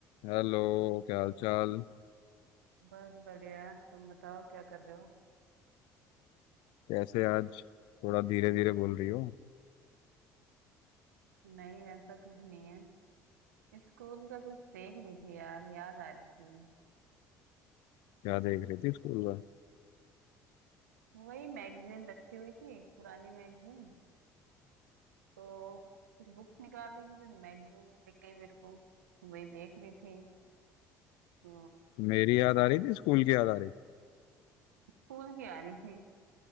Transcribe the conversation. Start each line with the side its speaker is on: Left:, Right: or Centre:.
Left: Hello क्या हाल चाल
Right: बस बढ़िया तुम बताओ क्या कर रहे हो
Left: कैसे आज थोड़ा धीरे धीरे बोल रही हो
Right: नहीं ऐसा कुछ नहीं है स्कूल का कुछ देख रही थी यार याद आ रही थी
Left: क्या देख रही थी स्कूल का
Right: वही मैगजीन रखी हुई थी पुरानी मैगजीन तो कुछ बुक्स निकाल रही थी तो मैगजीन दिख गई मेरे को तो वही देख रही थी तो
Left: मेरी याद आ रही थी स्कूल की याद आ रही
Right: स्कूल की आ रही थी